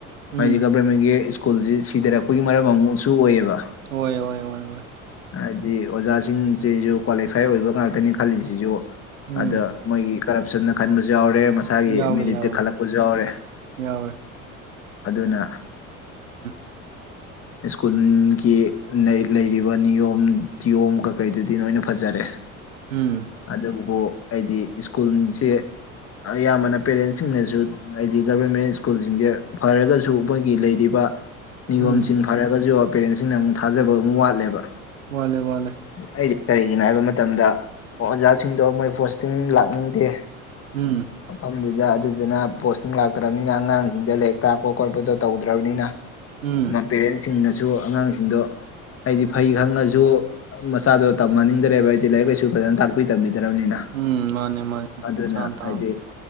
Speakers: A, on the right (about 75°); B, on the left (about 35°).
A: ꯎꯝ
B: ꯍꯥꯏꯗꯤ ꯒꯚꯔꯃꯦꯟꯒꯤ ꯁ꯭ꯀꯨꯜꯁꯤ ꯁꯤꯊꯔꯛꯄꯒꯤ ꯃꯔꯝ ꯑꯃꯁꯨꯛꯁꯨ ꯑꯣꯏꯌꯦꯕ
A: ꯑꯣꯏ ꯑꯣꯏ ꯑꯣꯏ <unintelligible>
B: ꯍꯥꯏꯗꯤ ꯑꯣꯖꯥꯁꯤꯡꯁꯤꯁꯨ ꯀ꯭ꯋꯥꯂꯤꯐꯥꯏ ꯑꯣꯏꯕ ꯉꯥꯛꯇꯅꯤ ꯈꯜꯂꯤꯁꯤꯁꯨ
A: ꯎꯝ
B: ꯑꯗ ꯃꯣꯏꯒꯤ ꯀꯔꯞꯁꯟꯅ ꯈꯟꯕꯁꯨ ꯌꯥꯎꯔꯦ ꯃꯁꯥꯒꯤ
A: ꯌꯥꯎꯋꯦ
B: ꯃꯦꯔꯤꯠꯇ
A: ꯌꯥꯎꯋꯦ
B: ꯈꯜꯂꯛꯄꯁꯨ ꯌꯥꯎꯔꯦ
A: ꯌꯥꯎꯋꯦ
B: ꯑꯗꯨꯅ
A: <inaudible>
B: ꯁ꯭ꯀꯨꯜꯒꯤ ꯂꯩꯔꯤꯕ ꯅꯤꯌꯣꯝ ꯇꯤꯌꯣꯝ ꯀꯀꯩꯗꯗꯤ ꯂꯣꯏꯅ ꯐꯖꯔꯦ
A: ꯎꯝ
B: ꯑꯗꯨꯕꯨ ꯑꯩꯗꯤ ꯁ꯭ꯀꯨꯜꯁꯦ ꯑꯌꯥꯝꯕꯅ ꯄꯦꯔꯦꯟꯁꯤꯡꯅꯁꯨ ꯍꯥꯏꯗꯤ ꯒꯚꯔꯃꯦꯟ ꯁ꯭ꯀꯨꯜꯁꯤꯡꯁꯦ ꯐꯔꯒꯁꯨ ꯃꯣꯏꯒꯤ ꯂꯩꯔꯤꯕ ꯅꯤꯌꯣꯝꯁꯤꯡ
A: ꯎꯝ
B: ꯐꯔꯒꯁꯨ ꯄꯦꯔꯦꯟꯁꯤꯡꯅ ꯑꯃꯨꯛ ꯊꯥꯖꯕ ꯑꯃꯨꯛ ꯋꯥꯠꯂꯦꯕ
A: ꯋꯥꯠꯂꯦ ꯋꯥꯠꯂꯦ
B: ꯑꯩꯗꯤ ꯀꯔꯤꯒꯤꯅꯣ ꯍꯥꯏꯕ ꯃꯇꯝꯗ ꯑꯣꯖꯥꯁꯤꯡꯗꯣ ꯃꯣꯏ ꯄꯣꯁꯇꯤꯡ ꯂꯥꯛꯅꯤꯡꯗꯦ
A: ꯎꯝ
B: ꯃꯐꯝꯗꯨꯗ ꯑꯗꯨꯗꯨꯅ ꯄꯣꯁꯇꯤꯡ ꯂꯥꯛꯇ꯭ꯔꯕꯅꯤꯅ ꯑꯉꯥꯡꯁꯤꯡꯗ ꯂꯥꯏꯔꯤꯛ ꯇꯥꯛꯄ ꯈꯣꯠꯄꯗꯣ ꯇꯧꯗ꯭ꯔꯕꯅꯤꯅ
A: ꯎꯝ
B: ꯄꯦꯔꯦꯟꯁꯁꯤꯡꯅꯁꯨ ꯑꯉꯥꯡꯁꯤꯡꯗꯣ ꯍꯥꯏꯗꯤ ꯐꯩ ꯈꯪꯉꯁꯨ ꯃꯆꯥꯗꯣ ꯇꯝꯍꯟꯅꯤꯡꯗ꯭ꯔꯦꯕ ꯍꯥꯏꯗꯤ ꯂꯥꯏꯔꯤꯛ ꯂꯥꯏꯁꯨ ꯐꯖꯅ ꯇꯥꯛꯄꯤ ꯇꯝꯕꯤꯗ꯭ꯔꯕꯅꯤꯅ
A: ꯎꯝ ꯃꯥꯅꯦ ꯃꯥꯅꯦ
B: ꯑꯗꯨꯅ
A: ꯁꯥꯟꯇꯟ
B: ꯍꯥꯏꯗꯤ